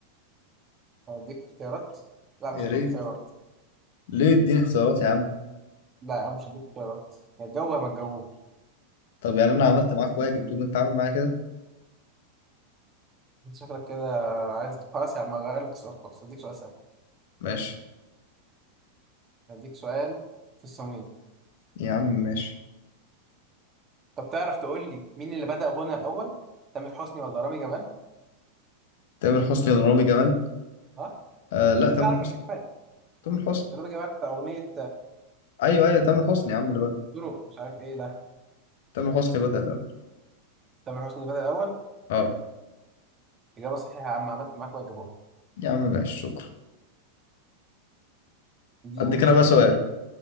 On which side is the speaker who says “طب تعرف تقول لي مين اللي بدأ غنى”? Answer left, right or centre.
Right